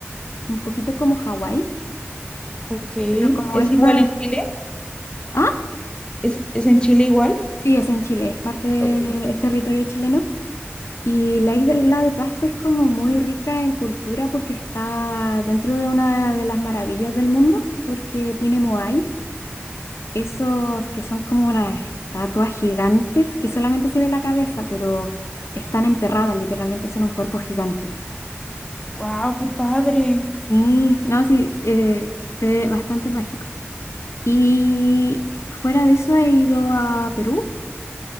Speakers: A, on the left; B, on the left.
A: un poquito como Hawái,
B: Ok,
A: pero como
B: ¿es
A: es más...
B: igual en Chile?
A: Ah,
B: ¿Es, es en Chile igual?
A: sí, es en Chile, es parte,
B: Ok.
A: es territorio chileno. Y la isla de Pascua es como muy rica en cultura porque está dentro de una de las maravillas del mundo, porque tiene moáis, esos que son como unas estatuas gigantes que solamente se ve la cabeza, pero están enterradas, literalmente son un cuerpo gigante.
B: Wow, qué padre.
A: Sí, no, sí, eh, se ve bastante mágico. Y fuera de eso he ido a Perú,